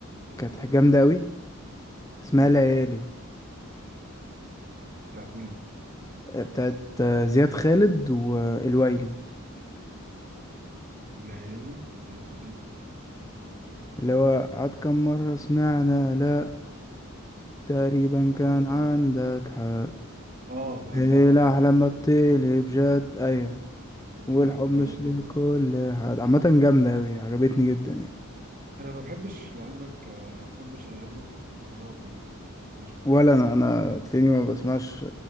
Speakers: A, on the left; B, on the right.
A: كانت جامدة قوي اسمها
B: مم.
A: ليالي
B: بتاعت مين
A: آه، بتاعت آه، زياد خالد والويلي
B: ليالي زياد خيري استنى كده
A: اللي
B: اسمها
A: هو عاد كم مرة سمعنا لا تقريبا
B: ممكن
A: كان
B: اكون
A: عندك
B: عارفها
A: حق
B: اه عرفتها
A: إيه
B: عرفتها
A: لا لما بتقلب جد أيوة
B: عرفتها
A: والحب
B: دي
A: مش
B: بقى برضه
A: لكل حد عامة جامدة أوي عجبتني جدا يعني
B: انا ما بحبش لعلمك آه، ما بحبش الاغاني مهرجانات عموما يعني ما بحبهاش خالص
A: ولا أنا أنا تلاقيني ما بسمعش